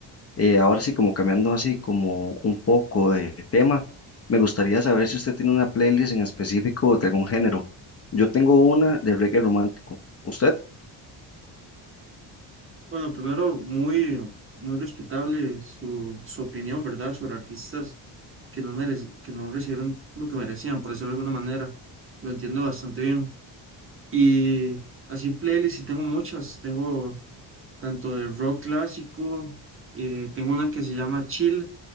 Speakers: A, on the left; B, on the right.
A: Eh, ahora sí, como cambiando así como un poco de tema, me gustaría saber si usted tiene una playlist en específico de algún género. Yo tengo una de reggae romántico. ¿Usted?
B: Bueno, primero, muy, muy respetable su, su opinión, ¿verdad?, sobre artistas que no merec- que no recibieron lo que merecían, por decirlo de alguna manera. Lo entiendo bastante bien. Y así playlists, y tengo muchas, tengo tanto de rock clásico, eh, tengo una que se llama Chill,